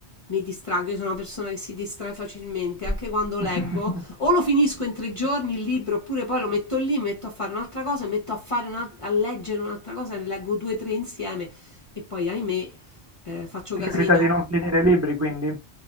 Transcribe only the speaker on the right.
<laughs>
Ti
capita di non finire i libri, quindi?